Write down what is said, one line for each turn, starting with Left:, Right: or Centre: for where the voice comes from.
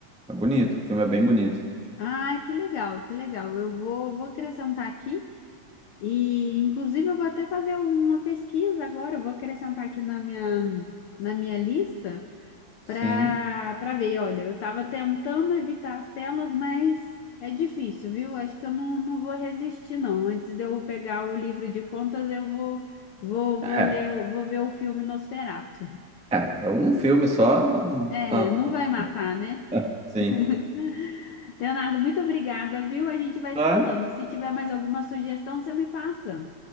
Centre: É bonito, o filme é bem bonito.
Left: Ah, que legal, que legal. Eu vou, vou acrescentar aqui e, inclusive, eu vou até fazer uma pesquisa agora. Eu vou acrescentar aqui na minha, na minha lista.
Centre: Sim.
Left: para para ver. Olha, eu estava tentando evitar as telas, mas é difícil, viu? Acho que eu não, não vou resistir, não. Antes de eu pegar o livro de contas, eu vou vou,
Centre: É.
Left: vou ler, o- vou ver o filme Nosferatu.
Centre: É, é um filme só, não.
Left: É,
Centre: Tá, tá.
Left: não vai matar, né?
Centre: É, Sim.
Left: <laughs> Leonardo, muito obrigada, viu? A gente vai
Centre: Tá,
Left: se falando. Se tiver mais alguma sugestão, você me passa.